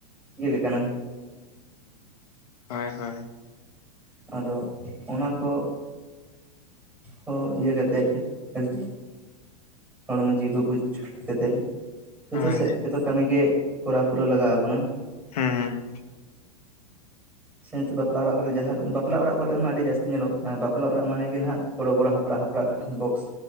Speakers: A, in the centre; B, on the left (about 80°).
A: ᱤᱭᱟᱹ ᱜᱮ <unintelligible> ᱠᱟᱹᱱᱟᱹᱧ
B: ᱦᱳᱭ, ᱦᱳᱭ ᱾
A: ᱟᱫᱚ, ᱚᱱᱟ ᱠᱚ ᱦᱚᱸ ᱤᱭᱟᱹ ᱠᱟᱛᱮᱫ ᱟᱨᱡᱤ ᱦᱚᱲᱢᱚ ᱡᱤᱣᱤ ᱠᱚ ᱵᱩᱡ ᱠᱟᱛᱮᱫ, ᱡᱚᱛᱚ
B: ᱦᱳᱭ
A: ᱥᱮᱫ, ᱡᱚᱛᱚ ᱠᱟᱹᱢᱤᱜᱮ ᱠᱚᱨᱟᱣ ᱯᱩᱨᱟᱹᱣ ᱞᱟᱜᱟᱣ ᱟᱵᱚᱱᱟ ᱾
B: ᱦᱩᱸ
A: ᱥᱮ, ᱱᱤᱛᱚᱜ ᱵᱟᱯᱞᱟ ᱚᱲᱟᱜ ᱠᱚᱨᱮ ᱡᱟᱦᱟᱸ, ᱵᱟᱯᱞᱟ ᱚᱲᱟᱜ ᱠᱚᱨᱮ ᱢᱟ ᱟᱹᱰᱤ ᱡᱟᱹᱥᱛᱤ ᱧᱮᱞᱚᱜ ᱠᱟᱱᱟ, ᱵᱟᱯᱞᱟ ᱚᱲᱟᱜ ᱢᱟᱱᱮ ᱱᱟᱦᱟᱜ, ᱵᱚᱲᱚ ᱵᱚᱲᱚ ᱦᱟᱯᱲᱟᱜ ᱦᱟᱯᱲᱟᱜ ᱵᱚᱠᱥ